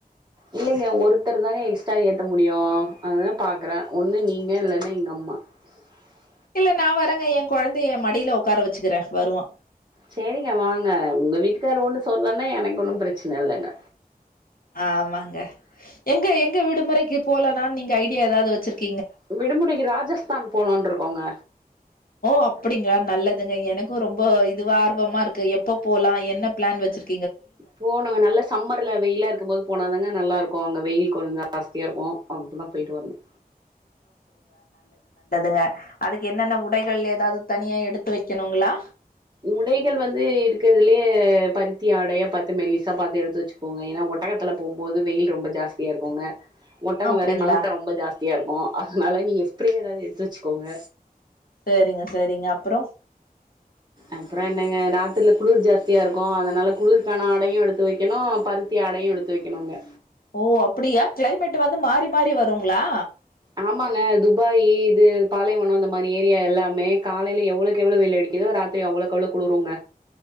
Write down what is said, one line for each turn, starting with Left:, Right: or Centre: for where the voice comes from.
Right: இல்லைங்க ஒருத்தர் தாங்க எக்ஸ்ட்ரா ஏத்த முடியும் அததுதான் பாக்குறேன் ஒண்ணு நீங்க இல்லன்னா எங்க அம்மா ஆ <unintelligible>
Left: இல்ல நான் வரங்க என் குழந்தைய மடியில உட்கார வச்சுக்கிறேன் வருவான்
Right: சரிங்க வாங்க உங்க வீட்டுக்கார ஒன்னு சொல்லலன்னா எனக்கு ஒன்னும் பிரச்சனை இல்லைங்க
Left: ஆமாங்க எங்க எங்க விடுமுறைக்கு போலனான்னு நீங்க ஐடியா ஏதாவது வச்சிருக்க
Right: விடுமுறைக்கு ராஜஸ்தான் போலான்னு இருக்கோங்க
Left: ஓ அப்படிங்களா நல்லதுங்க எனக்கும் ரொம்ப இதுவ ஆர்வமா இருக்கு எப்ப போலாம் என்ன பிளான் வச்சிருக்க
Right: போனாங்க நல்ல சம்மர்ல வெயிலா இருக்கும் போது போனாதாங்க நல்ல இருக்கும் அங்க வெயில் கொஞ்சம் ஜாஸ்தியா இருக்கு அங்க்ட தான் போயிட்டு வரனு
Left: ங்க அதுக்கு என்னென்ன உடைகள் ஏதாவது தனியா எடுத்து வைக்கணுங்களா
Right: உடைகள் வந்து இருக்கிறதுலயே பருத்தி ஆடையா பார்த்து மெல்லிசா பாத்துு எடுத்து வச்சுக்கோங்க ஏன்னா ஒட்டகத்துல போம்போது வெயில் ரொம்ப ஜாஸ்தியா இருக்குங்க ஒட்டகம்
Left: அப்படிங்களா
Right: வேற நாத்த ரொம்ப ஜாஸ்தியா இருக்கும் அதனால நீங்க ஸ்பரே ஏதாவது எடுத்து வச்சுக்கோங்க
Left: சரிங்க சரிங்க அப்புறம்
Right: அப்புறம் என்னங்க ராத்திரில குளிர் ஜாஸ்தியா இருக்கு அதனால குளிருக்கான ஆடையும் எடுத்து வைக்கணு பருத்தி ஆடை யும் எடுத்து வைக்கணுங்க
Left: ஓ அப்படியா கிளைமேட் வந்து மாறி மாறி வருங்களா
Right: ஆமாங்க துபாயி இது பாலைவனம் அந்த மாரி ஏரியா எல்லாமே காலையில எவ்வளவுக்கு எவ்வளவு வெயில் அடிக்குதோ ராத்திரி அவ்வளவுக்குவ்வளவு குளுருங்க